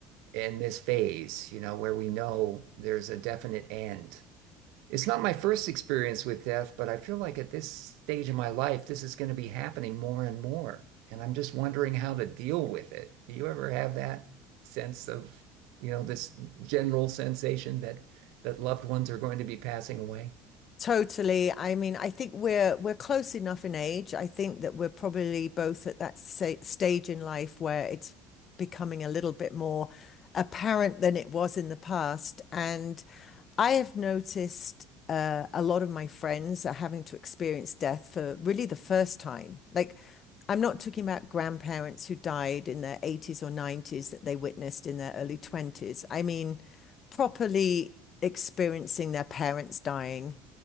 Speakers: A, on the right (about 75°); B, on the left (about 40°).
A: in this phase, you know, where we know there's a definite end it's not my first experience with death, but I feel like at this stage of my life, this is going to be happening more and more. And I'm just wondering how to deal with it. Do you ever have that sense of, you know, this general sensation that that loved ones are going to be passing away?
B: Totally. I mean, I think we're we're close enough in age. I think that we're probably both at that sa stage in life where it's becoming a little bit more apparent than it was in the past. And I have noticed uh, a lot of my friends are having to experience death for really the first time. Like, I'm not talking about grandparents who died in their 80s or 90s that they witnessed in their early 20s. I mean, properly experiencing their parents dying